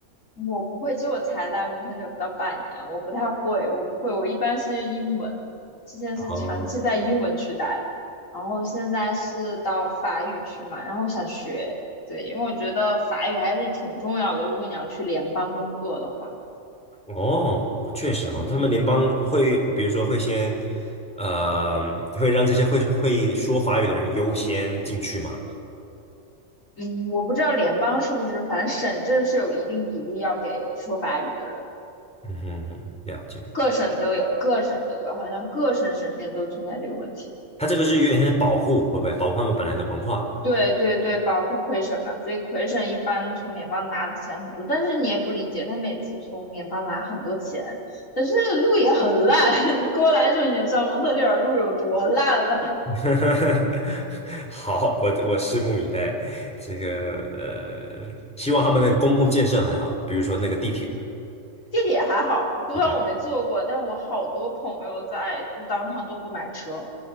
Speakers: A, on the left; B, in the centre.
A: 我不会，就我才来蒙特利尔不到半年，我不太会，我不会，我一般是英文，之前是长期在英文区待，
B: 哦
A: 然后现在是到法语区嘛，然后我想学，对，因为我觉得法语还是挺重要的，如果你要去联邦工作的话，
B: 哦，我确实哈，
A: 嗯。
B: 他们联邦会，比如说会先，呃，会让这些会会说法语的人优先进去嘛？
A: 嗯，我不知道联邦是不是，反正省政是有一定比例要给说法语的人，
B: 嗯哼哼，了解。
A: 各省都有，各省都有，好像各省省政都存在这个问题。
B: 它这个是有点像是保护，会不会保护他们本来的文化？
A: 对对对，保护魁省嘛，所以魁省一般从联邦拿的钱很多，但是你也不理解，他每次从联邦拿很多钱，但是路也很烂，<laughs> 你过来的时候你就知道蒙特利尔路有多烂了。
B: <laughs> 好，我我拭目以待。这个呃，希望他们那个公共建设还好，比如说那个地铁。
A: 地铁还好，虽然我没坐过，
B: 对对
A: 但是我好多朋友在就当趟都不买车。